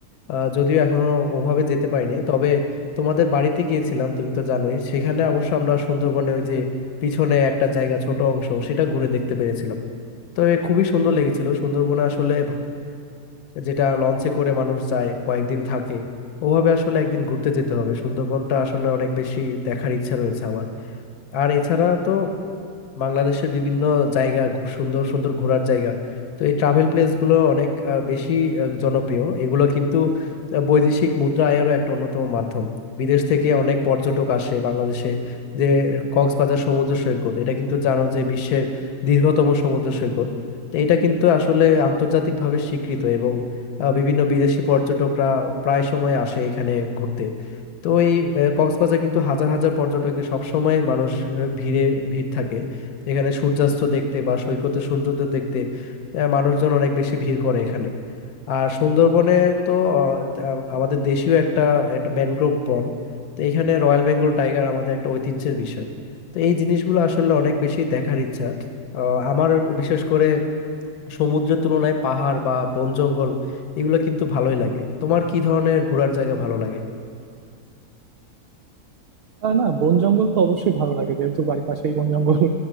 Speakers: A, on the left (about 75°); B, on the right (about 85°).
A: আহ, যদিও এখনো ওভাবে যেতে পারিনি তবে তোমাদের বাড়িতে গিয়েছিলাম তুমি তো জানোই সেখানে অবশ্য আমরা সুন্দরবনে ওই যে পিছনে একটা জায়গা ছোট অংশ সেটা ঘুরে দেখতে পেরেছিলাম তো এ খুবই সুন্দর লেগেছিল সুন্দরবনে আসলে যেটা লঞ্চে করে মানুষ যায় কয়েকদিন থাকে ওভাবে আসলে একদিন ঘুরতে যেতে হবে সুন্দরবনটা আসলে অনেক বেশি দেখার ইচ্ছা রয়েছে আমার আর এছাড়া তো বাংলাদেশের বিভিন্ন জায়গা ঘু- সুন্দর সুন্দর ঘোরার জায়গা তো এই ট্রাভেল প্লেসগুলো অনেক আহ, বেশি আহ, জনপ্রিয় এগুলো কিন্তু আহ, বৈদেশিক মুদ্রা আয়েরও একটা অন্যতম মাধ্যম বিদেশ থেকে অনেক পর্যটক আসে বাংলাদেশে যে কক্সবাজার সমুদ্র সৈকত এটা কিন্তু জানো যে বিশ্বের দীর্ঘতম সমুদ্র সৈকত তো এটা কিন্তু আসলে আন্তর্জাতিকভাবে স্বীকৃত এবং আহ, বিভিন্ন বিদেশি পর্যটকরা প্রায় সময় আসে এখানে ঘুরতে তো এই আহ, কক্সবাজার কিন্তু হাজার হাজার পর্যটকের সবসময় মানুষ আহ, ভিড়ে ভিড় থাকে এখানে সূর্যাস্ত দেখতে বা সৈকতে সূর্যোদয় দেখতে আহ, মানুষজন অনেক বেশি ভিড় করে এখানে আর সুন্দরবনে তো আহ, আহ, আমাদের দেশীয় একটা একটা ম্যানগ্রোভ বন তো এখানে রয়্যাল বেঙ্গল টাইগার আমাদের একটা ঐতিহ্যের বিষয় তো এই জিনিসগুলো আসলে অনেক বেশি দেখার ইচ্ছা আহ, আমার বিশেষ করে সমুদ্রের তুলনায় পাহাড় বা বন জঙ্গল এগুলো কিন্তু ভালোই লাগে তোমার কি ধরনের ঘোরার জায়গা ভালো লাগে
B: আহ না বন জঙ্গল তো অবশ্যই ভালো লাগে যেহেতু বাড়ির পাশেই বন জঙ্গল